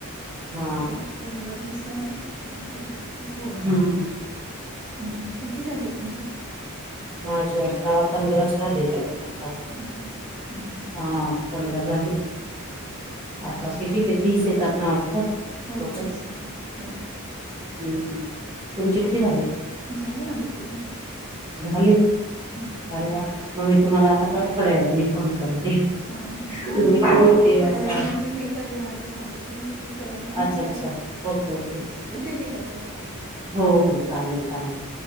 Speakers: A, on the right (about 20°); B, in the centre.
A: हा
B: तर फोन वर दिसला मेसेज म्हटलं की हो म्हणावं.
A: हम्म
B: हम्म किती झाले तुमचे?
A: माझ्या आता पंधराच झाले ते आता.
B: पंधरा झाले ह् हम्म
A: हा पंधरा झाले.
B: हम्म
A: आता
B: अच्छा
A: किती ते तीस येतात ना वाटतं.
B: हो
A: टोटल
B: तीस येतात हो.
A: हम्म हम् तुमचे किती झाले?
B: झाले माझे पूर्ण.
A: झाले.
B: हा
A: अरे वा मग मी तुम्हाला आता परत थोड्यावेळांनी, फोन करते
B: अ
A: तुम्ही
B: नाही मला
A: कधी
B: खूप
A: फ्री
B: थोड्या
A: असता.
B: वेळाने अजून एका जणाला सांगितलं मी की कराल म्हणून
A: अच्छा अच्छा
B: तर मग
A: ओके ओके
B: उद्या देता तर चालेल.
A: हो हो चालेल चालेल